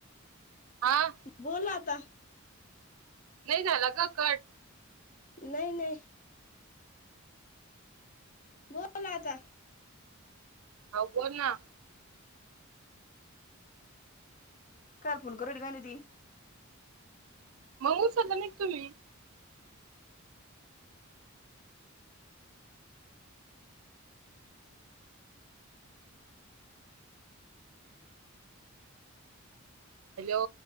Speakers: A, on the right; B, on the left.
A: ‌हा
B: बोल आता
A: नाही झाला का कट
B: नाही नाही बोल आता
A: ह बोल ना
B: काल फोन कररा कायली ती
A: मग उचलला नाही तुम्ही हॅलो